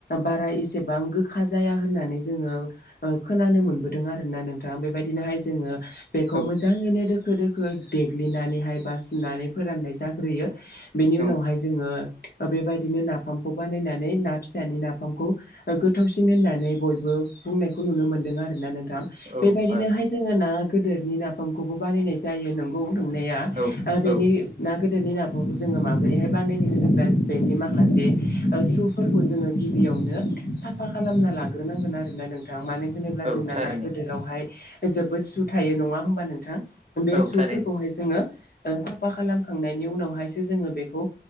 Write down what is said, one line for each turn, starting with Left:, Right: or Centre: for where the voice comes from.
Left: बारा एसेबां गोखा जाया होननानै जोंङो खोनानो मोनदों आरोना नोंथां बेबायदिनोहाय जोङो बेखौ
Right: औ
Left: मोजाङैनो दोखो दोखो देग्लिनानैहाय बाासुनानै फोराननाय जाग्रोयो बेनि
Right: औ
Left: उनावहाय जोङो बेबायदिनो नाफामखौ बानायनानै ना फिसानि नाफामखौ गोथावसिन होननानै बयबो बुंनायखौ नुनो मोन्दों आरोना नोंथां
Right: औ
Left: बेबायदिनोहाय
Right: आरो
Left: जोङो ना गदोरनि नाफामखौबो बानायनाय जायो नोंगौ नंनाया
Right: औ
Left: आ बेनि
Right: औ
Left: ना गोदोनि नाफखौ जोङो माबोरैहाय बानायनो होनोब्ला बेनि माखासे सुफोरखौ जोङो गिबि नो साफा खालामना लाग्रोनांगोन आरोना नोंथां मानो होनोब
Right: औ
Left: जोंना
Right: थारैनो
Left: ना हाय जोबोद सु थायो नङा हबा नोंथां बे
Right: औ
Left: सुफोरखौहाय
Right: थारैनो
Left: जोंङो साफा खालामखांनायनि उनावहायसो जोङो बेखौ